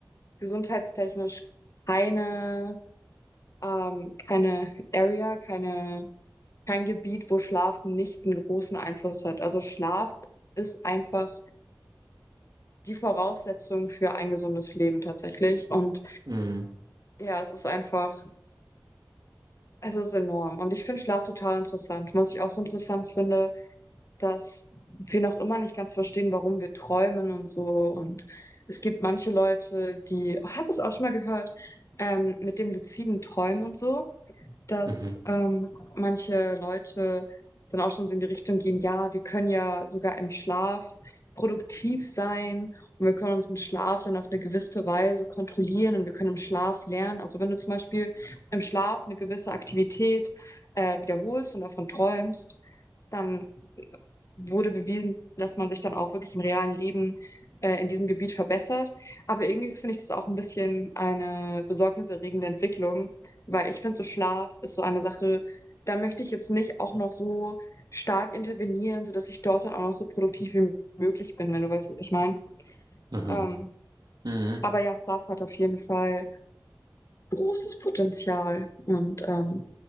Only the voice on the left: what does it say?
gesundheitstechnisch keine, ähm, keine Area, keine. kein Gebiet, wo Schlaf nicht einen großen Einfluss hat. Also Schlaf ist einfach die Voraussetzung für ein gesundes Leben tatsächlich. Und
ja, es ist einfach, es ist enorm. Und ich finde Schlaf total interessant. Was ich auch so interessant finde, dass wir noch immer nicht ganz verstehen, warum wir träumen und so. Und es gibt manche Leute, die, hast du es auch schon mal gehört, ähm, mit dem luziden Träumen und so? dass
ähm, manche Leute dann auch schon so in die Richtung gehen, ja, wir können ja sogar im Schlaf produktiv sein und wir können unseren Schlaf dann auf eine gewisse Weise kontrollieren und wir können im Schlaf lernen. Also wenn du zum Beispiel im Schlaf eine gewisse Aktivität äh, wiederholst und davon träumst, dann wurde bewiesen, dass man sich dann auch wirklich im realen Leben äh, in diesem Gebiet verbessert. Aber irgendwie finde ich das auch ein bisschen eine besorgniserregende Entwicklung, weil ich finde, so Schlaf ist so eine Sache, da möchte ich jetzt nicht auch noch so stark intervenieren, sodass ich dort dann auch noch so produktiv wie möglich bin, wenn du weißt, was ich meine.
Ähm,
aber ja, Schlaf hat auf jeden Fall großes Potenzial und ähm,